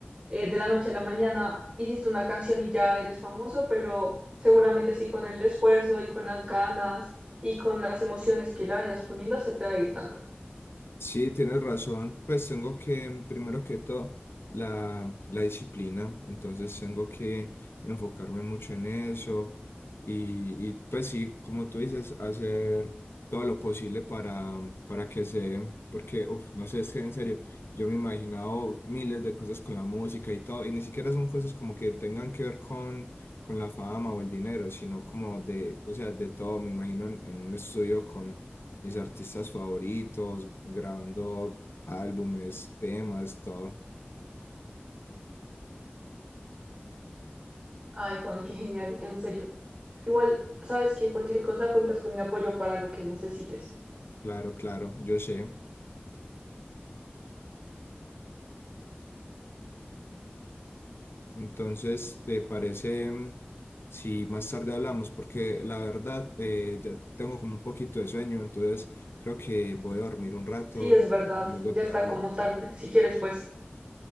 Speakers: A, on the right; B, on the left.
A: eh, de la noche a la mañana hiciste una canción y ya eres famoso, pero seguramente sí con el esfuerzo y con las ganas y con las emociones que le vayas poniendo, se te va a ir dando.
B: Sí, tienes razón. Pues tengo que, mm, primero que todo, la, la disciplina. Entonces tengo que enfocarme mucho en eso. Y, y, pues sí, como tú dices, hacer todo lo posible para, mm, para que se dé. Porque, uf, no sé, es que en serio, yo me he imaginado miles de cosas con la música y todo. Y ni siquiera son cosas como que tengan que ver con, con la fama o el dinero, sino como de, o sea, de todo. Me imagino en en un estudio con mis artistas favoritos, grabando álbumes, temas, todo.
A: Ay, Juan, qué genial, en serio. Igual, sabes que cualquier cosa cuentas con mi apoyo para lo que necesites.
B: Claro, claro, yo sé. Entonces, ¿te parece mm, si más tarde hablamos? Porque la verdad, eh, ya tengo como un poquito de sueño, entonces creo que voy a dormir un rato
A: Sí, es
B: y
A: verdad,
B: luego
A: ya
B: te
A: está
B: hablo.
A: como tarde. Si quieres, pues